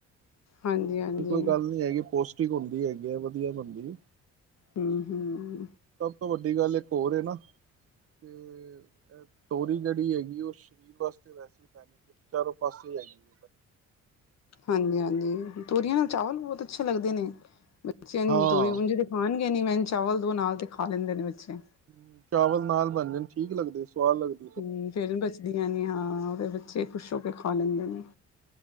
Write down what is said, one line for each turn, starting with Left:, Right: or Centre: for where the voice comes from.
Left: ਹਾਂਜੀ ਹਾਂਜੀ
Right: ਐਸੀ ਕੋਈ ਗੱਲ ਨੀ ਹੈਗੀ ਪੋਸ ਟੀਕ ਹੁੰਦੀ ਹੈਗੀ ਐ। ਵਧੀਆ ਬਣਦੀ
Left: ਹੂੰ ਹੂੰ
Right: ਸਭ ਤੋਂ ਵੱਡੀ ਗੱਲ ਇੱਕ ਹੋਰ ਏ ਨਾ, ਤੇ ਅ ਤੋਰੀ ਜਿਹੜੀ ਹੈਗੀ ਏ, ਉਹ ਸ਼ਰੀਰ ਵਾਸਤੇ ਵੈਸੇ ਬੈਸਟ ਚਾਰੋਂ ਪਾਸੇ ਹੈਗੀ ਐਂ।
Left: ਹਾਂਜੀ-ਹਾਂਜੀ ਤੋਰੀਆਂ ਨਾ ਚਾਵਲ ਬਹੁਤ ਅੱਛੇ ਲੱਗਦੇ ਨੇ, ਬੱਚਿਆ ਨੂੰ
Right: ਹਾਂ
Left: ਤੋਰੀ ਜ ਖਾਣਗੇ ਨੀ। ਮੈਂ ਚਾਵਲ ਦੋ ਨਾਲ਼ ਤੇ ਖਾ ਲੈਂਦੇ ਨੇ ਬੱਚੇ।
Right: ਹੂੰ। ਚਾਵਲ ਨਾਲ ਬਣ ਜਾਣ ਠੀਕ ਲੱਗਦੇ, ਸਵਾਦ ਲੱਗਦੇ।
Left: ਹੂੰ। ਫੇ਼ਰ ਨ ਬਚਦੀਆਂ ਨੇ, ਹਾਂ ਫੇ਼ਰ ਬੱਚੇ ਖੁਸ਼ ਹੋ ਕੇ ਖਾ ਲੈਂਦੇ ਨੇ।